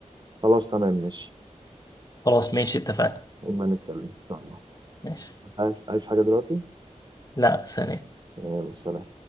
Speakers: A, on the right (about 35°); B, on the left (about 30°).
A: تمام ماشي
B: خلاص ماشي اتفقنا
A: اما نتكلم ان شاء الله
B: ماشي
A: عايز عايز حاجة دلوقتي
B: لا ثانية
A: يلا سلام